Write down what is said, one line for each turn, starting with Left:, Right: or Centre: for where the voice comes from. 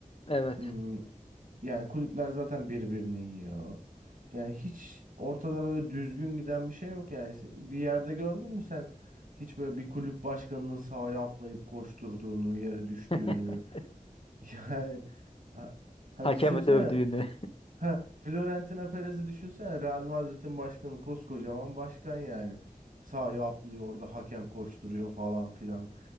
Left: Evet.
Right: Hmm, Yani kulüpler zaten birbirini yiyor. Yani hiç ortada böyle düzgün giden bir şey yok yani. Bir yerde gördün mü sen hiç böyle bir kulüp başkanının sahaya atlayıp koşturduğunu, yere düştüğünü.
Left: <laughs>
Right: <laughs> Yani ha- hani
Left: Hakemi
Right: düşünsene
Left: dövdüğünü.
Right: Ha, Florentino Perez'i düşünsene Real Madrid'in başkanı koskocaman başkan yani. Sahaya atlıyor orada hakem koşturuyor falan filan.